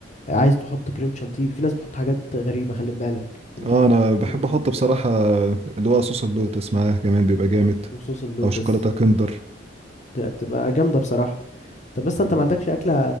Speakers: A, on the left; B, on the right.
A: آه، عايز تحط كريم شانتيه في ناس بتحط حاجات غريبة خلي بالك في
B: اه انا بحب
A: الكريم
B: احط بصراحه اللي هو صوص اللوتس معاها كمان بيبقى جامد
A: وصوص اللوتس
B: او شوكولاته كندر
A: ده بتبقى جامدة بصراحة طب بس انت ما عندكش أكلة